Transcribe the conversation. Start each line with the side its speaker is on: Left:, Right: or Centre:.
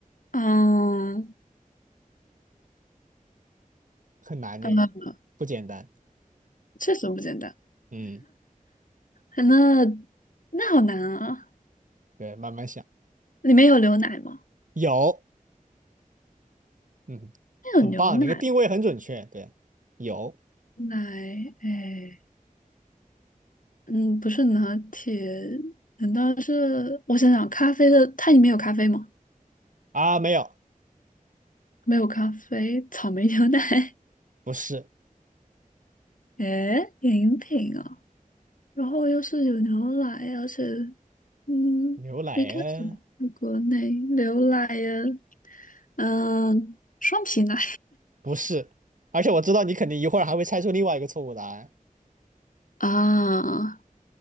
Left: 嗯，
Right: 很难，这个不简单。
Left: 呃，确实不简单。
Right: 嗯，
Left: 那那好难啊！
Right: 对，慢慢想，
Left: 里面有牛奶吗？
Right: 有，嗯，
Left: 那有牛奶，
Right: 很棒，你的定位很准确。对，有
Left: 奶，哎，嗯，不是拿铁，难道是？我想想，咖啡的，它里面有咖啡吗？
Right: 啊，没有，
Left: 没有咖啡，草莓牛奶，
Right: 不是
Left: <laughs> 诶，饮品啊，然后又是有牛奶，而且，嗯，
Right: 牛奶啊，
Left: 一开始是国内牛奶呀，嗯，双皮奶
Right: 不是，而且我知道你肯定一会儿还会猜出另外一个错误答案，
Left: 啊，